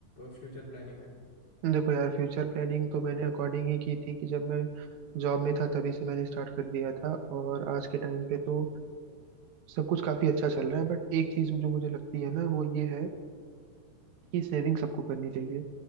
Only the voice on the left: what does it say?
फ्यूचर प्लानिंग है